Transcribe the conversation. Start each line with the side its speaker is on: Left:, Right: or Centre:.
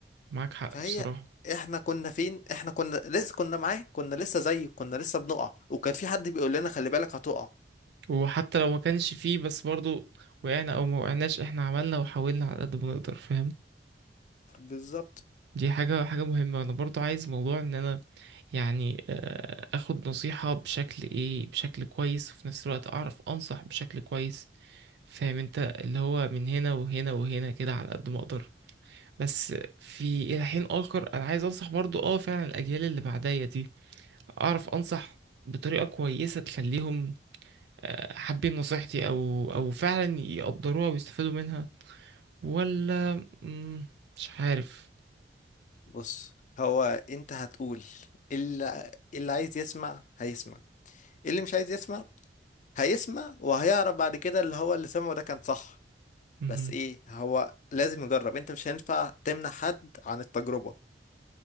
Right: معاك حق
Left: فهي
Right: بصراحة
Left: احنا كنا فين احنا كنا لسه كنا معاه كنا لسه زيه كنا لسه بنقع وكان في حد بيقول لنا خلي بالك هتقع
Right: وحتى لو ما كانش فيه بس برضو وقعنا او ما وقعناش احنا عملنا وحاولنا على قد ما نقدر فاهم
Left: بالظبط
Right: دي حاجة حاجة مهمة انا برضو عايز موضوع ان انا يعني آه، اخد نصيحة بشكل ايه بشكل كويس وفي نفس الوقت اعرف انصح بشكل كويس فاهم انت اللي هو من هنا وهنا وهنا كده على قد ما اقدر بس في الى حين اخر انا عايز انصح برضو اه فعلا الاجيال اللي بعدية دي اعرف انصح بطريقة كويسة تخليهم آه، حابين نصيحتي او او فعلا يقدروها ويستفادوا منها ولا مم، مش عارف
Left: بص هو انت هتقول اللي اللي عايز يسمع هيسمع اللي مش عايز يسمع هيسمع وهيعرف بعد كده اللي هو اللي سمعه ده كان صح
Right: مهم.
Left: بس ايه هو لازم يجرب انت مش هينفع تمنع حد عن التجربة